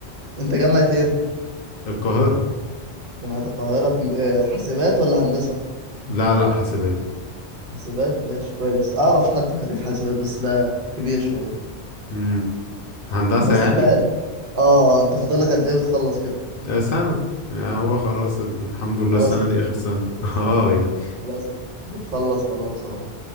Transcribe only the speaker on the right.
انت جامعة ايه
جامعة القاهرة كمبي... آه، حاسبات ولا هندسة
حاسبات ماشي كويس اعرف حد خريج حاسبات بس لا كبير شويه
بس
ده اه اه انت فاضل لك قد ايه وتخلص كده
خلاص
بت...
بت-
خلاص بتخلص خلاص اه